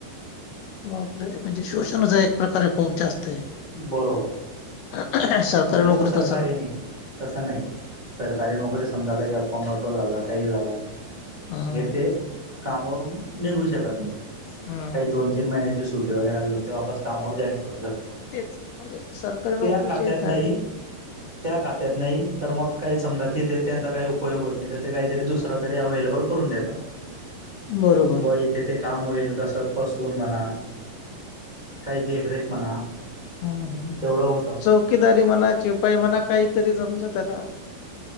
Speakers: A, on the left; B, on the right.
A: बापरे म्हणजे शोषणच आहे एक प्रकारे खूप जास्त. आहे.
B: बरोबर!
A: <unintelligible>
B: आता स सरकार
A: असं ना.
B: येणे‌. तसं नाही सरकारी नोकरी समजा काही अपंगत्व झालं, काही झालं,
A: हां,
B: हे ते कामावरून निघू शकत नाही
A: हां.
B: काही दोन तीन महिन्याची सुटी वगैरे घेन ते वाप कामावर जॉईन करू शकता.
A: तेच म्हणजे सरकारी
B: त्या
A: नोकरीचे
B: खात्यात
A: फायदे.
B: <inaudible> त्या खात्यात नाही तर मग काही समजा तिथे त्यांचा काही उपयोग होत नाही, तिथे काहीतरी दुसरं तरी अवेलेबल करून देतात
A: बरोबर.
B: हे ब ते काम होईल कसं पसवून म्हणा, काही देखरेख म्हणा,
A: हम ह
B: तेवढं होतं
A: चौकीदारी म्हणा, शिपाई म्हणा काहीतरी जमतं त्याला.